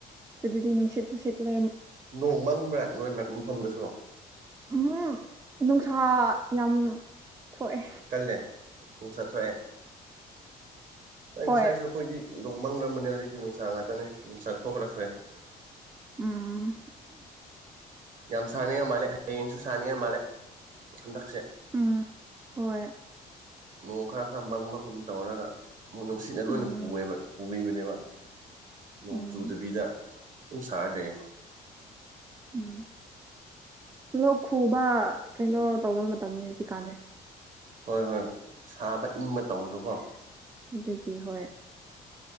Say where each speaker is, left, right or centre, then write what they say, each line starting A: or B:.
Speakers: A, on the right (about 20°); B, on the right (about 55°).
A: ꯁꯤꯗꯗꯤ ꯅꯨꯡꯁꯤꯠꯁꯨ ꯁꯤꯠꯂꯦꯝ
B: ꯅꯣꯡ ꯃꯪꯕ꯭ꯔꯥ ꯅꯣꯏ ꯃ ꯃꯐꯝꯗꯁꯨ
A: ꯎꯝ ꯅꯨꯡꯁꯥ ꯌꯥꯝ ꯊꯣꯛꯑꯦ
B: ꯀꯜꯂꯦ ꯄꯨꯡ ꯆꯠꯊꯣꯛꯑꯦ ꯑ
A: ꯍꯣꯏ
B: ꯉꯁꯥꯏꯁꯨ ꯑꯩꯈꯣꯏꯗꯤ ꯅꯣꯡꯃꯪꯔꯝꯕꯅꯦ ꯍꯧꯖꯤꯛꯇꯤ ꯅꯨꯡꯁꯥ ꯉꯥꯛꯇꯅꯦ ꯅꯨꯡꯁꯥ ꯊꯣꯛꯔꯛꯈ꯭ꯔꯦ꯫
A: ꯎꯝ
B: ꯌꯥꯝ ꯁꯥꯅꯤꯡꯉꯥꯏ ꯃꯥꯜꯂꯦ ꯍꯌꯦꯡꯁꯨ ꯁꯥꯅꯤꯡꯉꯥꯏ ꯃꯥꯜꯂꯦ ꯍꯟꯗꯛꯁꯦ
A: ꯎꯝ ꯍꯣꯏ
B: ꯅꯣꯡ ꯈꯔ ꯈꯔ ꯃꯪꯕꯒꯨꯝ ꯇꯧꯔꯒ ꯃꯣꯏ ꯅꯨꯡꯁꯤꯠꯅ ꯂꯣꯏꯅ
A: ꯎꯝ
B: ꯄꯨꯑꯦꯕ ꯄꯨꯕꯤꯕꯅꯦꯕ ꯅꯣꯡ
A: ꯎꯝ
B: ꯆꯨꯗꯕꯤꯗ ꯁꯨꯝ ꯁꯥꯔꯦ ꯂꯩꯌꯦ
A: ꯎꯝ ꯂꯣꯛ ꯈꯨꯕ ꯀꯩꯅꯣ ꯇꯧꯕ ꯃꯇꯝꯅꯤ ꯍꯧꯖꯤꯛꯀꯥꯟꯖꯦ
B: ꯍꯣꯏ ꯍꯣꯏ ꯁꯥꯕ ꯏꯪꯕ ꯇꯧꯕꯗꯀꯣ
A: ꯑꯗꯨꯒꯤ ꯍꯣꯏ